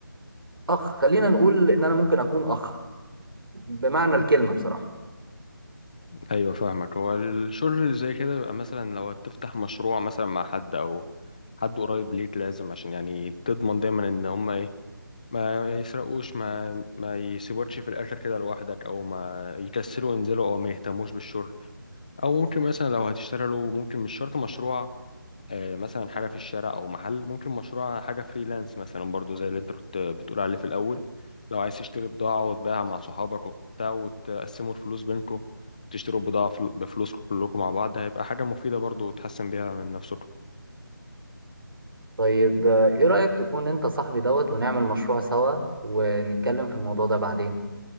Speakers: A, on the right; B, on the left.
A: اخ خلينا نقول ان انا ممكن اكون اخ بمعنى الكلمة بصراحة
B: ايوه فاهمك هو الشغل اللي زي كده بيبقى مثلا لو تفتح مشروع مثلا مع حد او حد قريب ليك لازم عشان يعني تضمن دايما ان هما ايه ما يسرقوش ما ما يسيبوكش في الاخر كده لوحدك او ما يكسلوا ينزلوا او ما يهتموش بالشغل او ممكن مثلا لو هتشتغلوا ممكن مش شرط مشروع آه، مثلا حاجة في الشارع أو محل ممكن مشروع حاجة فريلانس مثلا برضو زي اللي أنت كنت بتقول عليه في الأول لو عايز تشتري بضاعة وتبيعها مع صحابك وبتاع وتقسموا الفلوس بينكم وتشتروا بضاعة فل- بفلوسكم كلكم مع بعض هيبقى حاجة مفيدة برضو وتحسن بيها من نفسكم
A: طيب آه، ايه رأيك تكون انت صاحبي دوت ونعمل مشروع سوا ونتكلم في الموضوع ده بعدين